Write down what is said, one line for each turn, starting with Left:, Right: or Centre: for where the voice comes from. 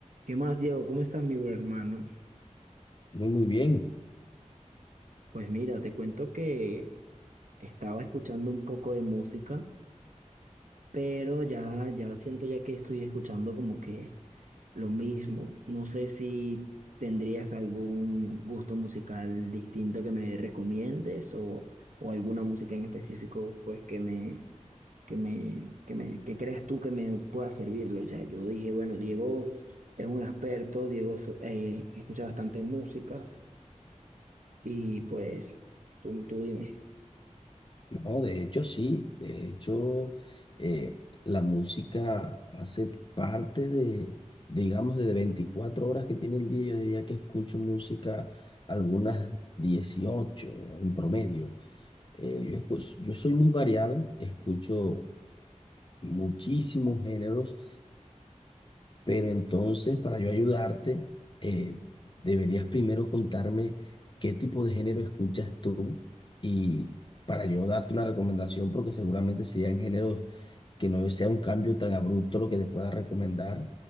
Right: ¿Qué más, Diego? ¿Cómo estás, mi bro hermano?
Left: Muy, muy bien.
Right: Pues mira, te cuento que estaba escuchando un poco de música, pero ya, ya siento ya que estoy escuchando como que lo mismo. No sé si tendrías algún gusto musical distinto que me recomiendes o, o alguna música en específico, pues que me, que me, que me, que creas tú que me pueda servirlo. O sea, yo dije, bueno, Diego es un experto, Diego eh, escucha bastante música. Y pues, tú, tú dime.
Left: No, de hecho, sí. De hecho, eh, la música hace parte de, digamos, de 24 horas que tiene el día. Yo diría que escucho música algunas 18 en promedio. Eh, yo, escu- yo soy muy variado, escucho muchísimos géneros. Pero entonces, para yo ayudarte, eh, deberías primero contarme qué tipo de género escuchas tú y para yo darte una recomendación, porque seguramente serían géneros que no sea un cambio tan abrupto lo que te pueda recomendar,